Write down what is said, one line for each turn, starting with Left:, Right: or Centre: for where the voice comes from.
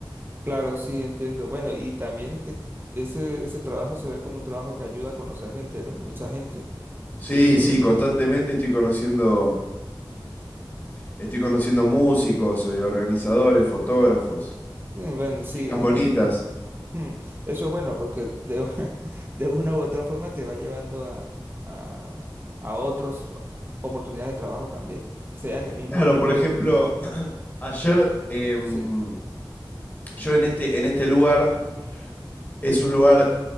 Right: Claro, sí, entiendo. Bueno, y también es que ese, ese trabajo se ve como un trabajo que ayuda a conocer gente, ¿no? Mucha gente.
Left: Sí,
Right: Eso,
Left: sí, constantemente estoy conociendo, estoy conociendo músicos, eh, organizadores, fotógrafos,
Right: eh, bueno, sí,
Left: chicas
Right: es
Left: bonitas.
Right: que es- hmm, eso es bueno porque de, <laughs> de una u otra forma te va llevando a, a, a otras oportunidades de trabajo también, sea en el mismo
Left: Claro,
Right: ámbito.
Left: por ejemplo, ayer em,
Right: Sí,
Left: yo en este, en este lugar, es un lugar